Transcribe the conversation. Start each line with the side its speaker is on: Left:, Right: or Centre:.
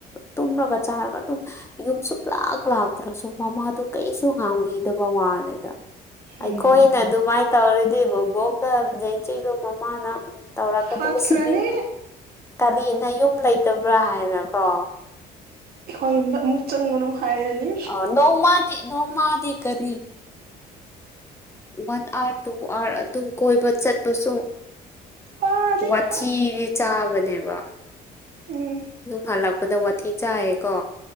Left: ꯇꯨꯝꯔꯒ ꯆꯥꯔꯒ ꯑꯗꯨꯝ ꯌꯨꯝ ꯁꯛꯂꯥ ꯄꯥꯛ ꯂꯥꯛꯇ꯭ꯔꯁꯨ ꯃꯃꯥꯗꯨ ꯀꯩꯁꯨ ꯍꯥꯡꯕꯤꯗꯕ ꯋꯥꯅꯦ ꯑ ꯑꯩꯈꯣꯏꯅ
Right: ꯎꯝ
Left: ꯑꯗꯨꯃꯥꯏꯅ ꯇꯧꯔꯗꯤ ꯕꯣꯕꯣꯛꯇ ꯡꯆꯗꯣ ꯃꯃꯥꯅ ꯎꯝ ꯇꯧꯔꯛꯀꯗꯕꯁꯤꯗꯤ
Right: ꯍꯥꯠꯈ꯭ꯔꯅꯤ
Left: ꯀꯕꯤꯅ ꯌꯨꯝ ꯂꯩꯇꯕ꯭ꯔꯥ ꯍꯥꯏꯅꯀꯣ
Right: ꯑꯩꯈꯣꯏ ꯌꯨꯝꯗ ꯑꯃꯨꯛ ꯆꯪꯒꯅꯨ ꯍꯥꯏꯔꯅꯤ
Left: ꯑ ꯅꯣꯡꯃꯗꯤ ꯅꯧ ꯃꯥꯗꯤ ꯀꯔꯤ ꯋꯥꯟ ꯑꯥꯋꯥꯔ ꯇꯨ ꯑꯥꯋꯥꯔ ꯑꯗꯨꯝ ꯀꯣꯏꯕ ꯆꯠꯄꯁꯨ
Right: ꯋꯥꯅꯤ
Left: ꯋꯥꯊꯤꯗꯤ
Right: ꯍꯥ
Left: ꯆꯥꯕꯅꯦꯕ
Right: ꯎꯝ
Left: ꯑꯗꯨꯝ ꯍꯜꯂꯛꯄꯗ ꯋꯥꯊꯤ ꯆꯥꯏꯌꯦꯀꯣ